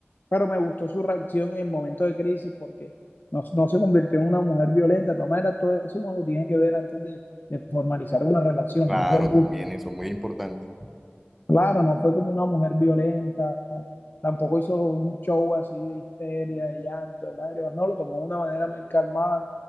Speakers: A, on the left (about 50°); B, in the centre.
A: pero me gustó su reacción en el momento de crisis porque no, no se convirtió en una mujer violenta. De todas maneras, todo eso uno lo tiene que ver antes de, de formalizar una relación.
B: Claro,
A: No fue muy-
B: también eso es muy importante.
A: claro, no fue como una mujer violenta, tampoco hizo un show así de histeria, de llanto, de lágrimas. No, lo tomó de una manera muy calmada.